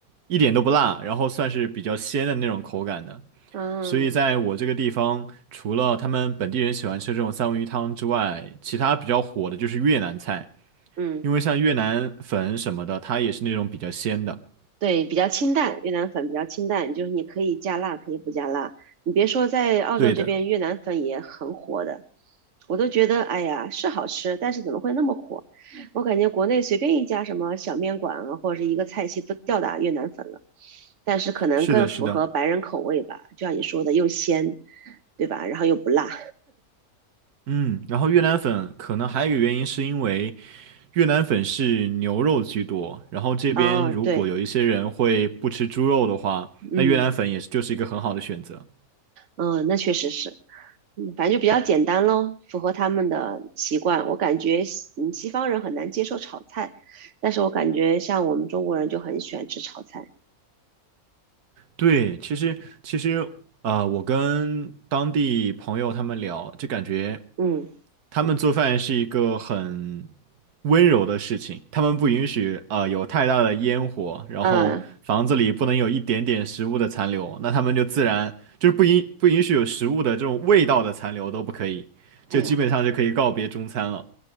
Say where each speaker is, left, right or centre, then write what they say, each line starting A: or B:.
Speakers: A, on the right; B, on the right.
A: 一点都不辣，然后算是比较鲜的那种口感的。
B: 嗯
A: 所以在我这个地方，除了他们本地人喜欢吃这种三文鱼汤之外，其他比较火的就是越南菜，
B: 嗯，
A: 因为像越南粉什么的，它也是那种比较鲜的。
B: 对，比较清淡，越南粉比较清淡，就是你可以加辣，可以不加辣。你别说，在澳洲这边越南粉也很火的，
A: 对的，
B: 我都觉得，哎呀，是好吃，但是怎么会那么火？我感觉国内随便一家什么小面馆啊，或者是一个菜系都吊打越南粉了，但是可能更符合白人口味吧，
A: 是的，是的，
B: 就像你说的，又鲜，对吧？然后又不辣。
A: 嗯，然后越南粉可能还有一个原因是因为越南粉是牛肉居多，然后这边如果有一些人会不吃猪肉的话，
B: 哦，对，嗯
A: 那越南粉也是就是一个很好的选择。
B: 嗯，那确实是。嗯，反正就比较简单咯，符合他们的习惯。我感觉西嗯西方人很难接受炒菜，但是我感觉像我们中国人就很喜欢吃炒菜。
A: 对，其实其实呃，我跟当地朋友他们聊，就感觉。
B: 嗯
A: 他们做饭是一个很温柔的事情，他们不允许啊有太大的烟火，然后房子里不能有一点点食物的残留，
B: 啊，
A: 那他们就自然就是不允不允许有食物的这种味道的残留都不可以，
B: 哎呦，
A: 就基本上就可以告别中餐了。